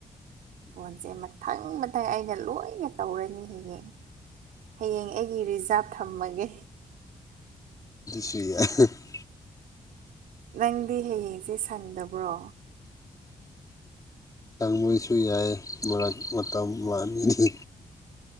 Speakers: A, on the right; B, on the left.
A: ꯐꯣꯟꯖꯦ ꯃꯊꯪ ꯃꯊꯪ ꯑꯩꯅ ꯂꯣꯏꯅ ꯇꯧꯔꯅꯤ ꯍꯌꯦꯡ ꯍꯌꯦꯡ ꯑꯩꯒꯤ ꯔꯤꯖꯥꯕ ꯊꯝꯃꯒꯦ
B: <unintelligible>
A: ꯅꯪꯗꯤ ꯍꯌꯦꯡꯁꯦ ꯁꯪꯗꯕ꯭ꯔꯣ
B: ꯃꯣꯏꯁꯨ ꯌꯥꯏ ꯃꯔꯛ ꯃꯇꯝ ꯃꯥꯅꯤ ꯅꯤ